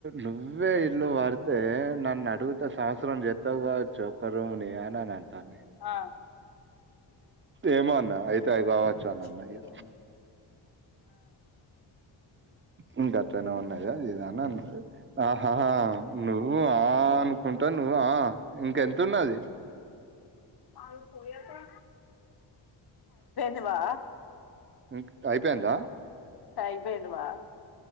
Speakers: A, on the right; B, on the left.
A: నువ్వే ఇల్లు వారితే నన్ను అడుగుత సంవత్సరం జత్తవచ్చుక్కరుూని అని అని అంటాను
B: ఆ
A: ఏేమనా అయితే అవి కావచ్చు
B: వంత
A: అని
B: చెలేదా
A: అన్న ఇగ ఇం గట్నే ఉన్నాయా జదా ఉ ఆహాహ నువ్వు ఆ అనుకుంటా నువ్వు ఆ ఇంకెంత ఉన్నది
B: పో హైపో బావా
A: ఇ అయిపోయాందా
B: అయిపోయింది బా